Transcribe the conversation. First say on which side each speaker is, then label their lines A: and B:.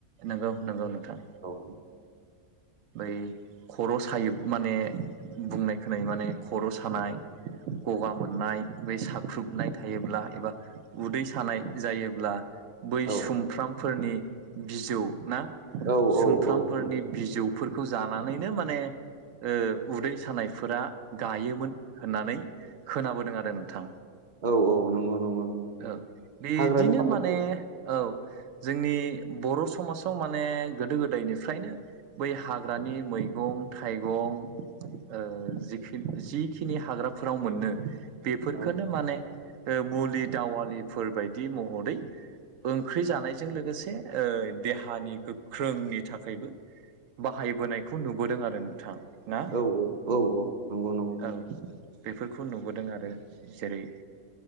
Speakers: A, on the right; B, on the right.
A: नंगौ नंगौ नोंथां।
B: औ
A: बै खर' सायो माने बुंनाय खोनायो माने खर' सानाय। गगा मोननाय बै साख्रुबनाय थायोब्ला एबा उदै सानाय जायोब्ला बै
B: औ
A: सुमफ्रामफोरनि बिजौ ना
B: औ औ
A: सुमफ्रामफोरनि
B: औ नंगौ
A: बिजौ फोरखौ जानानैनो माने ओ उदै सानायफोरा गायोमोन होननानै खोनाबोदों आरो नोंथां।
B: औ औ नंगौ नंगौ नंगौ
A: औ बिदिनो
B: हाग्रानि माखासे
A: माने औ। जोंनि बर' समाजाव माने गोदो गोदायनिफ्रायनो बै हाग्रानि मैगं थाइगं ओ जिखिन जिखिनि हाग्रा फोराव मोननो बेफोरखोननो
B: औ
A: माने ओ मुलि दावालिफोर बायदि महरै ओंख्रि जानायजों लोगोसे ओ देहानि गोख्रोंनि थाखायबो बाहायबोनायखौ नुबोदों आरो नोंथां। ना
B: औ औ औ औ नंगौ नंगौ।
A: औ बेफोरखौ नुबोदों आरो। जेरै